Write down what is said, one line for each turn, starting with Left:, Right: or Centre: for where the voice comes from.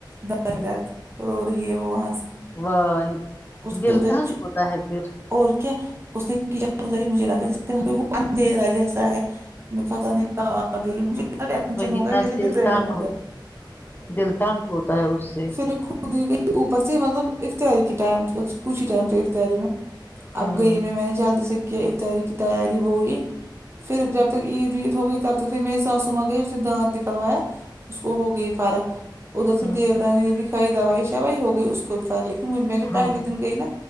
Right: درد درد رو رہی ہے وہ وہاں سے
Left: وہی
Right: اس نے
Left: دلٹھانگ
Right: ادھر ہی
Left: ہوتا ہے پھر
Right: اور کیا اس نے کچ مجھے لگا ج وہ دے رہا ہے جیسا ہے میں پتہ نہیں کہ آ گئی مجھے اتنا ٹینشن
Left: وہ
Right: ہو گیا
Left: نہ
Right: جیسے
Left: دل
Right: ڈپریشن
Left: تانگ
Right: ہو
Left: ہوتا
Right: گیا
Left: ہے دل تانگ ہوتا ہے اس سے
Right: صرف خود ہی کے اوپر سے مطلب افطاری کی ٹائم کچھ ہی ٹائم تھاے افطاری میں
Left: ہاں
Right: اب گئی میں میں نے جلدی سے کیا کی تیاری وہی پھر جب تک عید وید ہو گئی تب تک پھر میری ساسو میں آ گئی اس نے دانت نکلوایا اس کو ہو گئی فارک ادھر سے
Left: ہاں
Right: دیو رانی نے بھی کھائی دوائی شائی ہو گئی اس کو کوئی فرق لیکن مجھ میں جو
Left: ہاں
Right: پہلے دن گئی نا